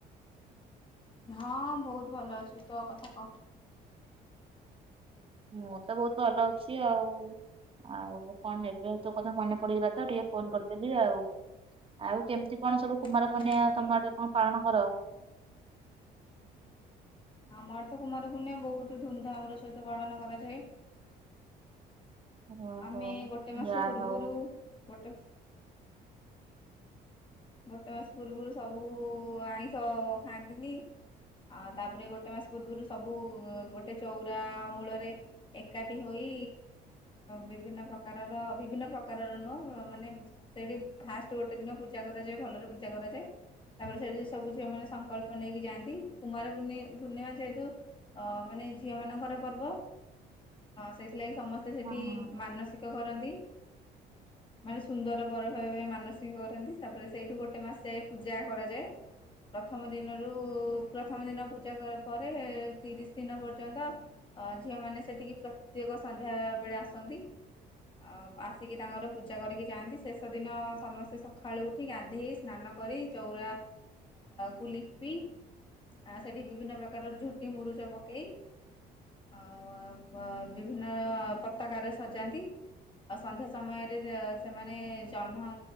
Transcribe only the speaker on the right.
ମୁଁ ତ ବହୁତ ଭଲ ଅଛି ଆଉ ଆଉ କଣ ହେବେ ତୋ କଥା ମନେ ପଡିଗଲା ତ ଟିକେ ଫୋନ କରିଦେଲି ଆଉ ଆଉ କେମିତି। କଣ ସବୁ କୁମାର
ପୂର୍ଣ୍ଣିମା
ତମ ଆଡେ ସବୁ ପାଳନ କର।
ଓହୋ
ଯାହା
ହଉ
ହଁ